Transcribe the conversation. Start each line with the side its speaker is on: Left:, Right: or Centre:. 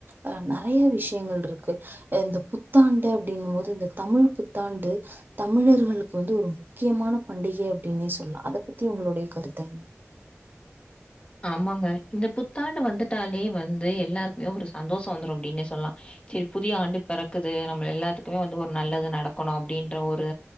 Right: அ நெறைய விஷ்யங்கள்ருக்கு அ இந்த புத்தாண்டு அப்டிங்க மோது இந்த தமிழ் புத்தாண்டு தமிழர்களுக்கு வந்து ஒரு முக்கியமான பண்டிகை அப்டின்னே சொல்லா அத பத்தி உங்ளுடைய கருத்தென்ன
Left: ஆமாங்க இந்த புத்தாண்டு வந்துட்டாலே வந்து எல்லார்க்குமே ஒரு சந்தோ ஷோ வந்துரு அப்டின்னே சொல்லா செரி புதிய ஆண்டு பெறக்குது நம்ம எல்லாத்துக்குமே வந்து ஒரு நல்லது நடக்கணு அப்டின்ற ஒரு